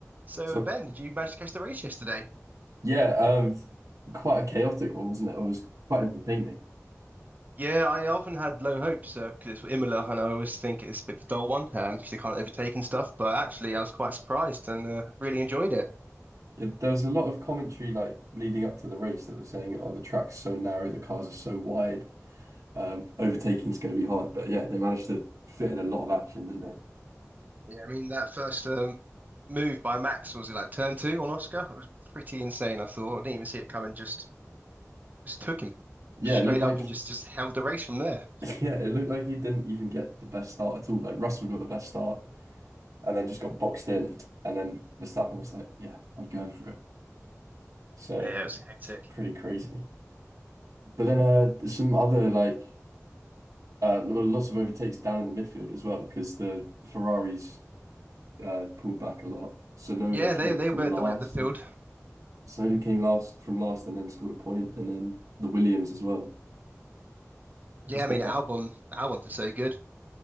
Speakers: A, on the right (about 30°); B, on the right (about 80°).
A: So,
B: So
A: uh, Ben, did you manage to catch the race yesterday?
B: yeah, uh, quite a chaotic one, wasn't it? It was quite entertaining.
A: Yeah, I often had low hopes uh 'cause because it's Imola, and I always think it's a bit of a dull one um, because they can't overtake and stuff. But actually, I was quite surprised and uh, really enjoyed it.
B: Yeah, there was a lot of commentary like leading up to the race that was saying, "Oh, the track's so narrow, the cars are so wide, um, overtaking is going to be hard." But yeah, they managed to fit in a lot of action, didn't they?
A: Yeah, I mean that first um, move by Max was it like turn two on Oscar? It was pretty insane. I thought I didn't even see it coming. Just just took him
B: Yeah,
A: straight
B: it looked like
A: up and just just held the race from there.
B: <laughs> yeah, it looked like he didn't even get the best start at all. Like Russell got the best start and then just got boxed in, and then Verstappen was like, "Yeah, I'm going for it." So
A: Yeah,
B: it
A: it was hectic.
B: was pretty crazy. But then uh, there's some other like Uh, well, lots of overtakes down in the midfield as well because the Ferraris uh, pulled back a lot. Sonoda
A: Yeah,
B: came
A: they they
B: from
A: were
B: last,
A: the way up the field.
B: and Sonoda came last from last, and then scored a point, and then the Williams as well.
A: Yeah,
B: Just
A: I
B: that,
A: mean
B: uh,
A: Albon Albon did so good.